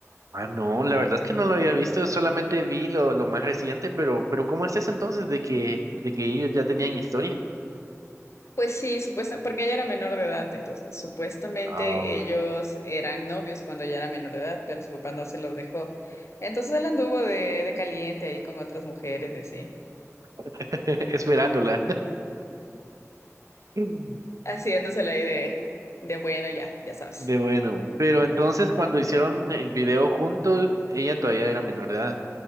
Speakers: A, on the right; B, on the left.
A: Ah, no, la verdad es que no lo había visto, solamente vi lo, lo más reciente, pero, pero ¿cómo es eso entonces de que, de que ellos ya tenían historia?
B: Pues sí, supuestamente, porque ella era menor de edad, entonces supuestamente
A: Oh.
B: ellos eran novios cuando ella era menor de edad, pero su papá no se los dejó. Entonces él anduvo de, de caliente ahí con otras mujeres y así,
A: <laughs> Esperándola. <laughs>
B: haciéndosela ahí de, de bueno, ya, ya sabes.
A: De bueno, pero entonces cuando hicieron el video juntos, ella todavía era menor de edad.